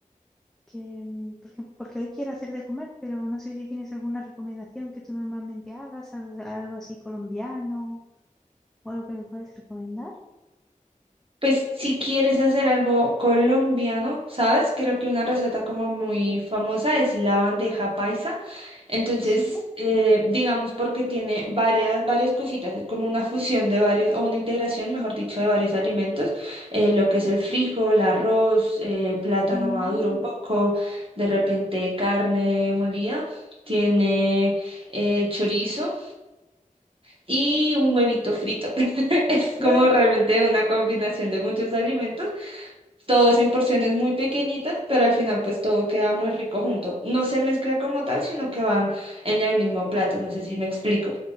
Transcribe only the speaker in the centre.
que, mm, por ejemplo, porque hoy quiero hacer de comer, pero no sé si tienes alguna recomendación que tú normalmente hagas, algo, algo así colombiano o algo que me puedes recomendar.
Sí.
Mm.
Ah,